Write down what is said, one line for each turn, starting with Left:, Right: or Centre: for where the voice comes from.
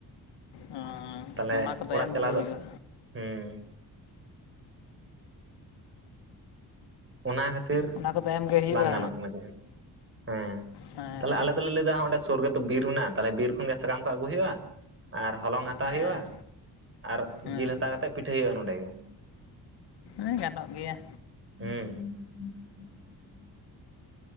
Left: ᱚᱱᱟ
Right: ᱛᱟᱦᱚᱞᱮ
Left: ᱠᱚᱫᱚ
Right: ᱚᱲᱟᱜ
Left: ᱮᱢᱜᱮ
Right: ᱪᱟᱞᱟᱣ
Left: ᱦᱩᱭᱩᱜᱼᱟ
Right: ᱫᱚ ᱦᱮᱸ ᱚᱱᱟ ᱠᱷᱟᱹᱛᱤᱨ
Left: ᱚᱱᱟ ᱠᱚᱫᱚ ᱮᱢᱜᱮ ᱦᱩᱭᱩᱜᱼᱟ
Right: ᱵᱟᱝ ᱜᱟᱱᱚᱜ ᱠᱟᱱᱟ ᱪᱮᱫ ᱦᱚᱸ ᱦᱮᱸ
Left: ᱦᱮᱸ
Right: ᱛᱟᱦᱚᱞᱮ ᱟᱞᱮ ᱫᱚᱞᱮ ᱞᱟᱹᱭ ᱫᱟ ᱚᱸᱰᱮ ᱥᱩᱨ ᱨᱮᱛᱚ ᱵᱤᱨ ᱢᱮᱱᱟᱜᱼᱟ ᱛᱟᱦᱞᱮ ᱵᱤᱨ ᱠᱷᱚᱱᱜᱮ ᱥᱟᱠᱟᱢ ᱠᱚ ᱟᱹᱜᱩ ᱦᱩᱭᱩᱜᱼᱟ ᱟᱨ ᱦᱚᱞᱚᱝ ᱦᱟᱛᱟᱣ
Left: ᱦᱮᱸ
Right: ᱦᱩᱭᱩᱜᱼᱟ ᱟᱨ
Left: ᱦᱮᱸ
Right: ᱡᱤᱞ ᱦᱟᱛᱟᱣ ᱠᱟᱛᱮᱮᱫ ᱯᱤᱴᱷᱟᱹ ᱦᱩᱭᱩᱜᱼᱟ ᱱᱚᱸᱰᱮ ᱜᱮ
Left: ᱟᱱ ᱜᱟᱱᱚᱜ ᱜᱮᱭᱟ
Right: ᱦᱮᱸ